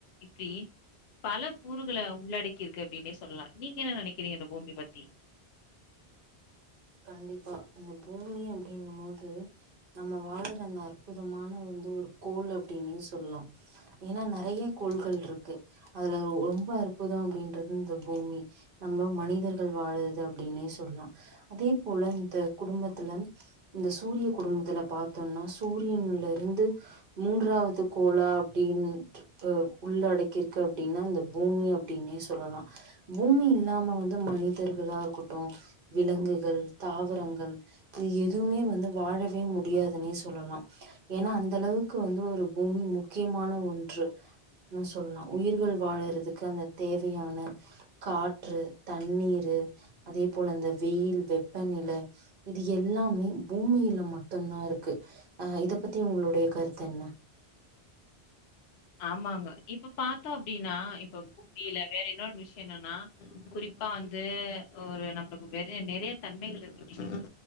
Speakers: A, on the left (about 70°); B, on the right (about 55°).
A: இப்டி பல கூறுகள உள்ளடக்கி இருக்கு அப்டின்னே சொல்லலா நீங்க என்ன நினைக்கிறீங்க இந்த பூமிய பத்தி
B: கண்டிப்பா அந்த பூமி அப்டின்னும் போது நம்ம வாழுற அந்த அற்புதமான வந்து ஒரு கோல் அப்டின்னே சொல்லலா ஏன்னா நெறைய கோள்கள் இருக்கு அதுல ரொம்ப அற் புத அப்டின்றது இந்த பூமி நம்ம மனிதர்கள் வாழுறது அப்டின்னே சொல்லலா அதே போல இந்த குடும்பத் துல இந்த சூரியக் குடும்பத்துல பாத்தோன்னா சூரியன்ல இருந்து மூன்றாவது கோலா அப்டின் டு ஆ உள்ளடக்கிருக்கு அப்டின்னா இந்த பூமி அப்டின்னே சொல்லலா பூமி இல்லாம வந்து மனிதர்களா இருக்கட்டு விலங்கு கள் தாவரங்கள் இது எதுவுமே வந்து வாழவே முடியாதுன்னே சொல்லலா ஏன்னா அந்தளவுக்கு வந்து ஒரு பூமி முக்கியமான ஒன்று னு சொல்லலா உயிர்கள் வாழறதுக்கு அந்த தேவையான காற்று தண்ணீரு அதே போல அந்த வெயில் வெப்பநில இது எல்லாமே பூமியில மட்டுந்தா இருக்கு ஆ இத பத்தி உங்களுடைய கருத்து என்ன
A: ஆமாங்க இப்ப பாத்தோ அப்டின்னா இப்ப பூமியில வேற இன்னொரு விஷய என்னன்னா குறிப்பா வந்து ஒரு நம்பளுக்கு நெறைய நெறைய தன்மைகள் இருக்கு